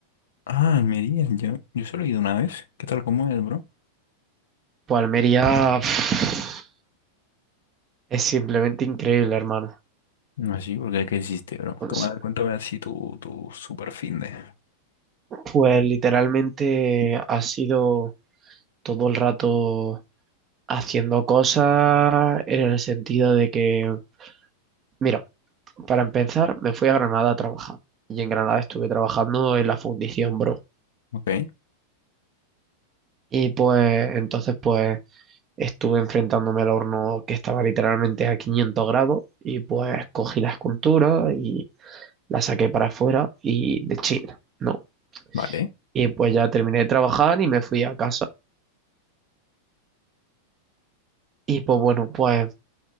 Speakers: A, on the left; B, on the right.
A: Ah, Almería, yo, yo solo he ido una vez. ¿Qué tal, cómo es, bro?
B: Pues Almería pff, es simplemente increíble, hermano.
A: No, sí, porque ¿qué hiciste, bro?
B: Pues,
A: Como, a ver, cuéntame así tu, tu super fin de...
B: pues literalmente ha sido todo el rato haciendo cosas en el sentido de que, mira, para empezar, me fui a Granada a trabajar. Y en Granada estuve trabajando en la fundición, bro.
A: Ok,
B: Y pues entonces pues estuve enfrentándome al horno que estaba literalmente a 500 grados y pues cogí la escultura y la saqué para afuera y de China, ¿no?
A: vale.
B: Y pues ya terminé de trabajar y me fui a casa. Y pues bueno, pues